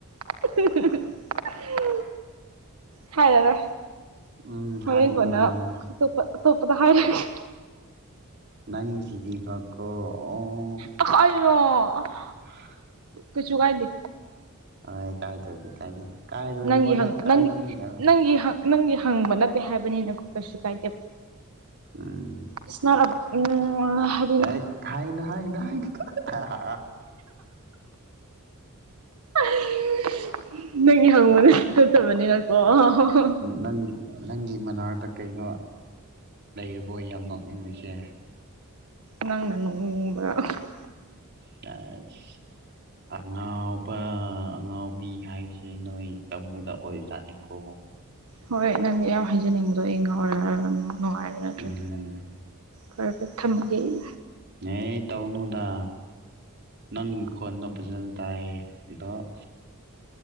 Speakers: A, on the right; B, on the right.
A: <unintelligible> ꯍꯥꯏꯔꯔꯣꯢ
B: ꯎꯝ
A: ꯍꯣꯔꯦꯟ
B: ꯍꯥꯏꯒꯅꯨ
A: ꯀꯣꯟꯅ
B: ꯍꯥꯏꯒꯅꯨ
A: ꯑꯇꯣꯞꯄ ꯑꯇꯣꯞꯄꯗ ꯍꯥꯏꯔꯒꯦ
B: ꯅꯪꯁꯤꯗꯤꯕꯀꯣ ꯑꯣ
A: <unintelligible>
B: <unintelligible>
A: ꯀꯩꯁꯨ ꯀꯥꯏꯗꯦ
B: ꯍꯣꯏ ꯀꯥꯏꯗꯧꯅꯤ ꯀꯥꯏꯗꯦ ꯀꯥꯏꯔꯣꯏ
A: ꯅꯪꯒꯤ
B: ꯅꯉꯣꯟꯗ
A: ꯍꯪꯉꯨ
B: ꯀꯥꯏꯕ
A: ꯅꯪꯒꯤ
B: ꯃꯤ ꯂꯩꯔꯣꯏ
A: ꯅꯪꯒꯤ ꯍꯛ ꯅꯪꯒꯤ ꯍꯪꯕ ꯅꯠꯇꯦ ꯍꯥꯏꯕꯅꯤꯅꯣ ꯀꯩꯁꯨ ꯀꯥꯏꯗꯦꯕ
B: ꯎꯝ
A: ꯏꯁꯅꯝ ꯎꯝ ꯍꯥꯢ
B: ꯑꯦꯠ ꯍꯥꯏꯒꯅꯨ ꯍꯥꯏꯒꯅꯨ ꯍꯥꯏ <unintelligible>
A: <unintelligible> ꯅꯪꯒꯤ ꯍꯪꯕꯗ ꯐꯠꯇꯕꯅꯤꯅꯀꯣ ꯑ
B: ꯅꯪ ꯅꯪꯒꯤ ꯃꯅꯥꯛꯇ ꯀꯩꯅꯣ ꯂꯩꯔꯕꯣꯏ ꯌꯥꯝ ꯅꯣꯛꯅꯤꯡꯂꯤꯁꯦ
A: ꯅꯪꯅ ꯅꯣꯛꯅꯤꯡꯕ <unintelligible>
B: <unintelligible> ꯑꯉꯥꯎꯕ ꯑꯉꯥꯎꯕꯤ ꯍꯥꯏꯕꯁꯦ ꯅꯣꯏ ꯀꯥꯡꯕꯨꯗ ꯑꯣꯏꯕꯖꯥꯠꯅꯤꯀꯣ
A: ꯍꯣꯏ ꯅꯪꯗꯤ ꯌꯝ ꯍꯥꯏꯖꯅꯤꯡꯕꯗꯣ ꯑꯩ ꯉꯥꯎꯔ ꯍꯥꯢꯔꯒ ꯅꯪ ꯨꯡꯉꯥꯏꯕ ꯅꯠꯇ꯭ꯔꯦ
B: ꯎꯝ
A: ꯐꯔꯦ ꯐꯔꯦ ꯊꯝꯃꯒꯦ ꯑꯩ
B: ꯅꯦ ꯇꯧꯅꯨꯗ ꯅꯪ ꯈꯣꯟꯗꯣ ꯐꯖꯅ ꯇꯥꯏꯌꯦ ꯑꯗꯣ <unintelligible>